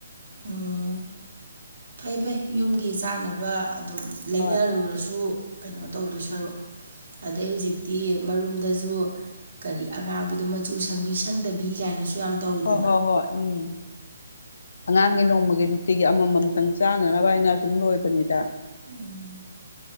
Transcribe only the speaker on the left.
ꯍꯣꯏ
ꯎꯝ
ꯍꯣꯏ ꯍꯣꯏ ꯍꯣꯏ ꯎꯝ ꯑꯉꯥꯡꯒꯤ ꯅꯣꯡꯃꯒꯤ ꯅꯨꯡꯇꯤꯒꯤ ꯑꯃꯃꯝꯇꯪ ꯆꯥꯅꯅꯕ ꯍꯥꯏꯅ ꯁꯁꯨꯝ ꯂꯣꯏꯕꯅꯤꯗ